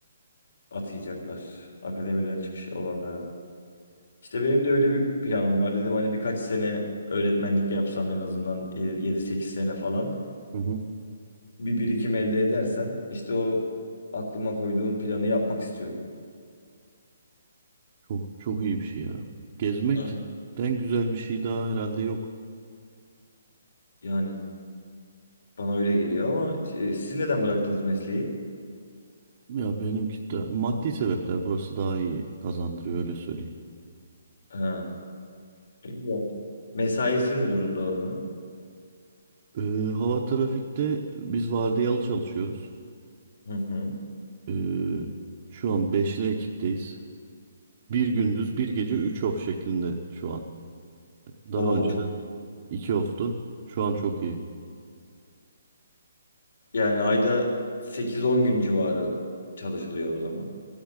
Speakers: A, on the left; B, on the right.
A: atayacaklar akademiden çıkış olanlara. İşte benim de öyle bir planım var. Dedim hani birkaç sene öğretmenlik yapsam en azından e, 7-8 sene falan.
B: Hı hı.
A: Bir birikim elde edersem işte o aklıma koyduğum planı yapmak istiyorum.
B: Çok çok iyi bir şey ya. Gezmekten
A: Evet.
B: güzel bir şey daha herhalde yok.
A: Yani bana öyle geliyor ama e, siz neden bıraktınız mesleği?
B: Ya benimki de maddi sebepler burası daha iyi kazandırıyor öyle söyleyeyim.
A: Ha, e, güzel. Mesaisi ne durumda oranın?
B: Ee, hava trafikte biz vardiyalı çalışıyoruz.
A: Hı hı.
B: Ee, şu an beşli ekipteyiz. Bir gündüz bir gece 3 off şeklinde şu an. Daha
A: Oo
B: önceden
A: çok
B: 2 off'tu. Şu an çok iyi.
A: yani ayda sekiz on gün civarı çalışılıyor o zaman.